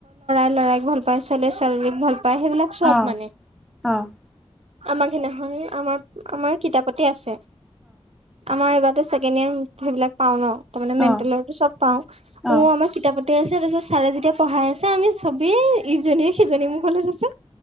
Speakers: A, on the right (about 70°); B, in the centre.
A: লৰাক ভাল পায় ছোৱালী ছোৱালীক ভাল পায় সেইবিলাক চব
B: অ
A: মানে
B: অ
A: আমাৰ সেইদিনাখন আমাৰ আমাৰ কিতাপতে আছে আমাৰ এবাৰ ছেকেড ইয়াৰ সেইবিলাক পাও ন তাৰে মেেল
B: অ অ
A: চব পাও ম
B: অ
A: আমাৰ কিতাপ গেট আছে তাৰপিছত ছাৰে যেতিয়া পঢ়াই আছে আমি চবেই ইজনীয়ে সিজনী মোৰখলে আছো